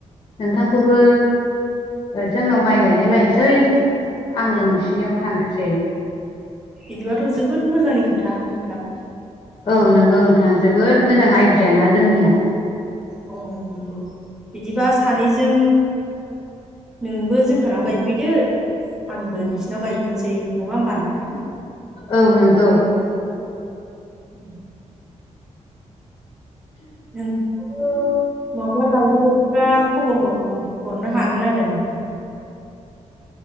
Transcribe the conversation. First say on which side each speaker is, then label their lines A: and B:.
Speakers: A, on the left; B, in the centre.
A: नोंथांखौबो जोंनाव माइ गायनो लायनोसै आंबो
B: औ
A: नोंसिनियाव थांनोसै
B: बिदिबाथ' जोबोद मोजांनि खोथा नोंथां
A: औ नोंगौ नोंथां जोबोद मोजां आइडियाना जोंनिया
B: अ नंगौ बिदिबा सानैजों नोंबो जोंहानाव गायफैदो आंबो नोंसिनाव गायहैनोसै नङा होमबा नोंथां
A: औ नंगौ
B: उम नों ओ माब्ला गायो बिदिबा खबर हर हरनो हागोन आरो नोंथां <inaudible>